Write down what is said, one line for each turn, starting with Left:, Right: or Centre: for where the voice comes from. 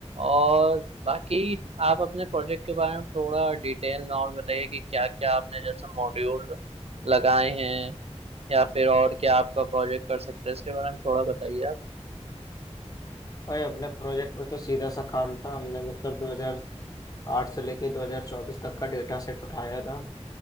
Right: और बाकी आप अपने प्रोजेक्ट के बारे में थोड़ा डिटेल में और बताइए कि क्या क्या आपने जैसे मॉड्यूल लगाए हैं या फिर और क्या आपका प्रोजेक्ट कर सकता है इसके बारे में थोड़ा बताइए आप
Left: भाई अपने प्रोजेक्ट में तो सीधा सा काम था हमने मतलब 2008 से लेके 2024 तक का डेटा सेट उठाया था